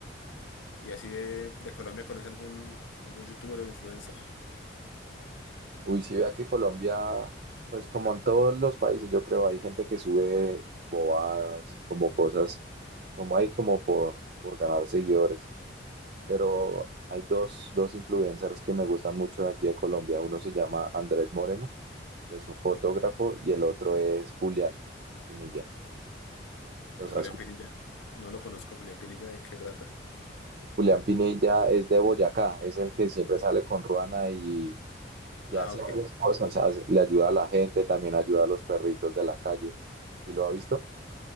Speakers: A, on the left (about 85°); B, on the right (about 50°).
A: Y así de, de Colombia, ¿conoce algún, algún youtuber o influencer?
B: Uy, sí vea que Colombia, pues como en todos los países, yo creo hay gente que sube bobadas, como cosas, como hay como por, por ganar seguidores. pero hay dos, dos influencers que me gustan mucho de aquí de Colombia. Uno se llama Andrés Moreno, que es un fotógrafo, y el otro es Julián Pinilla. Los
A: Y Julián
B: has-
A: Pinilla, no lo conozco, Julián Pinilla, ¿de qué trata?
B: Julián Pinilla es de Boyacá, es el que siempre sale con Ruana y,
A: Ah,
B: y hace
A: ok.
B: varias cosas, hace- le ayuda a la gente, también ayuda a los perritos de la calle. ¿Y lo ha visto?